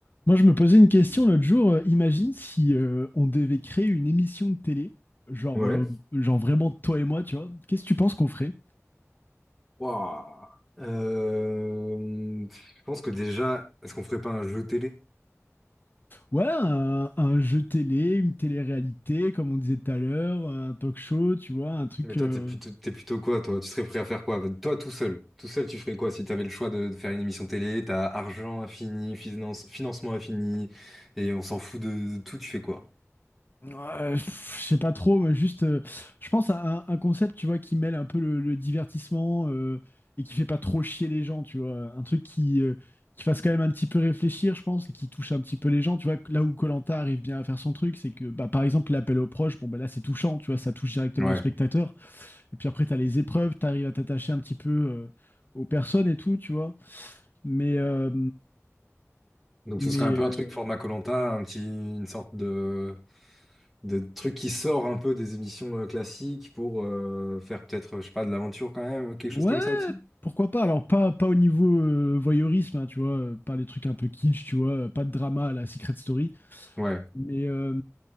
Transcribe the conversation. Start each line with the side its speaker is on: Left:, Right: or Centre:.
Left: Moi, je me posais une question l'autre jour. euh, imagine si euh, on devait créer une émission de télé, genre,
Centre: Ouais.
Left: euh, genre vraiment toi et moi, tu vois. Qu'est-ce que tu penses qu'on ferait?
Centre: Waouh. Euh, je pense que déjà, est-ce qu'on ferait pas un jeu télé?
Left: Ouais, un, un jeu télé, une télé-réalité, comme on disait tout à l'heure, un talk show, tu vois, un truc.
Centre: Mais toi,
Left: euh,
Centre: t'es plutôt, t'es plutôt quoi, toi? Tu serais prêt à faire quoi? Bah, Toi, tout seul. Tout seul, tu ferais quoi si t'avais le choix de, de faire une émission télé? T'as argent infini, finance, financement infini, et on s'en fout de, de tout, tu fais quoi?
Left: Ouais, je sais pas trop, mais juste, euh, je pense à un, un concept, tu vois, qui mêle un peu le, le divertissement euh, et qui fait pas trop chier les gens, tu vois. Un truc qui, euh, qui fasse quand même un petit peu réfléchir, je pense, et qui touche un petit peu les gens, tu vois. Là où koh arrive bien à faire son truc, c'est que, bah, par exemple, l'appel aux proches, bon, bah là, c'est touchant, tu vois, ça touche directement
Centre: Ouais.
Left: le spectateur. Et puis après, t'as les épreuves, t'arrives à t'attacher un petit peu euh, aux personnes et tout, tu vois. Mais, euh,
Centre: Donc
Left: mais,
Centre: ce serait un peu
Left: euh,
Centre: un truc format koh un petit, une sorte de, de truc qui sort un peu des émissions euh, classiques pour euh, faire peut-être, je sais pas, de l'aventure quand même, quelque
Left: Ouais,
Centre: chose comme ça aussi?
Left: pourquoi pas? Alors, pas, pas au niveau euh, voyeurisme, hein, tu vois, euh, pas les trucs un peu kitsch, tu vois, euh, pas de drama à la Secret Story,
Centre: Ouais.
Left: mais euh,